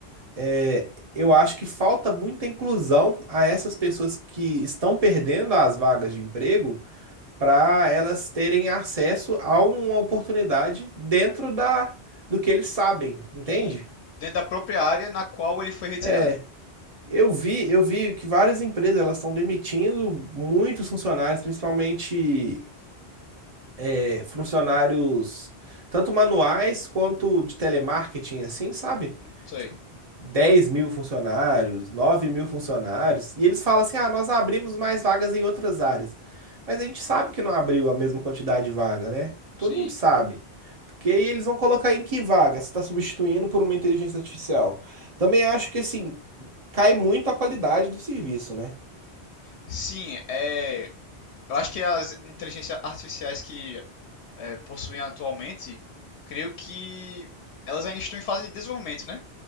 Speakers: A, on the right (about 40°); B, on the left (about 85°).
A: é, eu acho que falta muita inclusão a essas pessoas que estão perdendo as vagas de emprego para elas terem acesso a uma oportunidade dentro da, do que eles sabem, entende?
B: sim. Dentro da própria área na qual ele foi retirado.
A: É, Eu vi, eu vi que várias empresas elas estão demitindo muitos funcionários, principalmente é, funcionários tanto manuais quanto de telemarketing, assim, sabe?
B: Isso aí.
A: Tipo, dez mil funcionários, nove mil funcionários. E eles falam assim: ah, nós abrimos mais vagas em outras áreas. Mas a gente sabe que não abriu a mesma quantidade de vaga, né? Todo
B: Sim.
A: mundo sabe. Porque aí eles vão colocar em que vaga? Se está substituindo por uma inteligência artificial. Também acho que assim cai muito a qualidade do serviço, né?
B: Sim, é Eu acho que as inteligências artificiais que é, possuem atualmente, creio que elas ainda estão em fase de desenvolvimento, né?